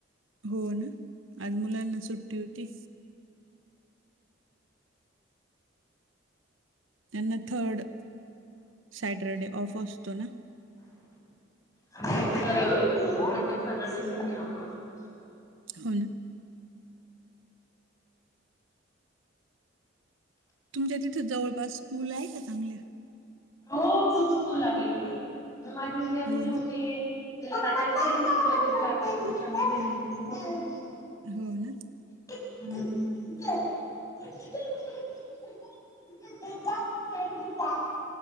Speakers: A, on the right; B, on the left.
A: हो ना आज मुलांना सुट्टी होती त्यांना थर्ड सॅटरडे ऑफ असतो ना
B: आमच्या प्रत्येक सॅटर्डे संडे ऑफ असतो
A: हो ना तुमच्या तिथं जवळपास स्कूल आहे का चांगल्या
B: हो खूप स्कूल आहे इथे माझी मुलगी अगदी
A: हो ना
B: छोटी आहे पुढच्या महिन्यात बघू
A: हो ना
B: हम ते आहे <inaudible> <inaudible>